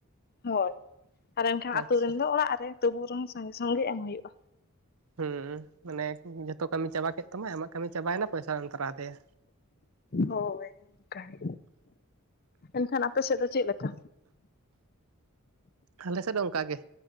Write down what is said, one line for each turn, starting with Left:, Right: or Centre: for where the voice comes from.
Left: ᱦᱳᱭ ᱟᱨ ᱮᱱᱠᱷᱟᱱ ᱟᱹᱛᱩ
Right: ᱟᱪᱪᱷᱟ
Left: ᱨᱮᱱ ᱫᱚ ᱚᱲᱟᱜ ᱨᱮ ᱛᱩᱵᱩ ᱨᱮᱦᱚᱸ ᱥᱟᱸᱜᱮ ᱥᱚᱝᱜᱮ ᱮᱢ ᱦᱩᱭᱩᱜᱼᱟ᱾
Right: ᱦᱩᱸᱢ ᱢᱟᱱᱮ ᱡᱷᱚᱛᱚ ᱠᱟᱹᱢᱤ ᱪᱟᱵᱟ ᱠᱮᱫ ᱛᱟᱢᱟ, ᱟᱢᱟᱜ ᱠᱟᱹᱢᱤ ᱪᱟᱵᱟᱭᱮᱱᱟ ᱯᱚᱭᱥᱟ ᱮᱢ ᱛᱟᱨᱟᱫ ᱮᱭᱟ᱾
Left: ᱦᱳᱭ ᱚᱱᱠᱟ ᱜᱮ ᱮᱱᱠᱷᱟᱱ ᱟᱯᱮ ᱥᱮᱫ ᱫᱚ ᱪᱮᱫ ᱞᱮᱠᱟ?
Right: ᱟᱞᱮᱥᱮᱫ ᱫᱚ ᱚᱱᱠᱟ ᱜᱮ ᱜᱮ